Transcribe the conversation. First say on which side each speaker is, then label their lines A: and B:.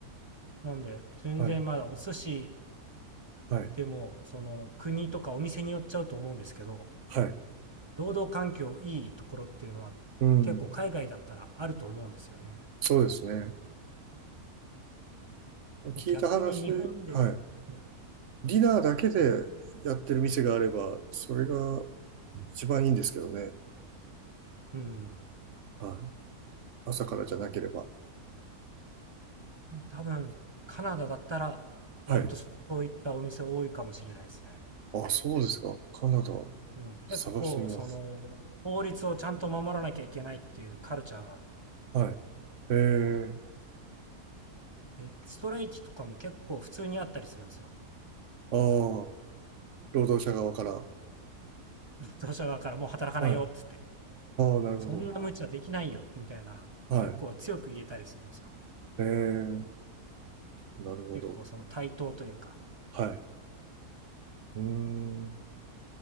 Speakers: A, on the right (about 20°); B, on the right (about 55°).
A: なんで、全然まだお寿司
B: はい。はい。
A: でも、その国とかお店によっちゃうと思うんですけど、
B: はい。
A: 労働環境いいところっていうのは結構海外だったらあると思うんですよね。
B: うん。そうですね。聞いた話、
A: もう逆に日本で、
B: はい。
A: うん、
B: ディナーだけでやってる店があれば、
A: 日本、
B: それが一番いいんですけどね。
A: うん。
B: はい。朝からじゃなければ。
A: もう多分、カナダだったら、
B: はい。
A: 割とそういったお店多いかもしれないですね。
B: あ、そうですか。カナダ、
A: うん、結構、
B: 探してみます。
A: その、法律をちゃんと守らなきゃいけないっていうカルチャーがあって、
B: はい。えー
A: で、ストライキとかも結構普通にあったりするんですよ。
B: ああ、労働者側から。
A: 労働者側からもう働かないよっつって、
B: はい。ああ、なるほど。
A: そんな無茶できないよみたいな、
B: はい。
A: 結構強く言えたりするんですよ。
B: えーなるほど。
A: 結構その対等というか。
B: はい。うーん。